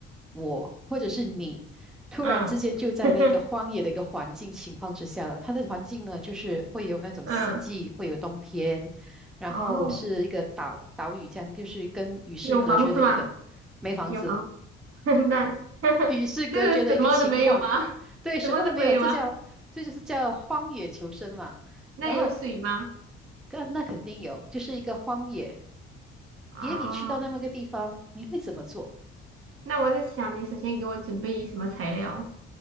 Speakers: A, in the centre; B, on the right (about 50°).
A: 我或者是你突然之间就在那个荒野的一个环境情况之下了，
B: 嗯，<laughs>
A: 它的环境呢，就是会有那种四季，
B: 嗯，
A: 会有冬天，然后是一个岛岛屿这样，
B: 哦，
A: 就是跟与世隔绝的一个没房子。
B: 有房子吗？有房子，<laughs> 那 <laughs>
A: 与世隔绝的一个情况。
B: 就是什么都没有吗？<laughs>
A: 对，什么都没有，
B: 什么都没有啊？
A: 这叫这就是叫荒野求生嘛。
B: 那有水吗？
A: 然后，那那肯定有，就是一个荒野，
B: 哦，
A: 给你去到那么个地方，你会怎么做？
B: 那我在想，你首先给我准备什么材料？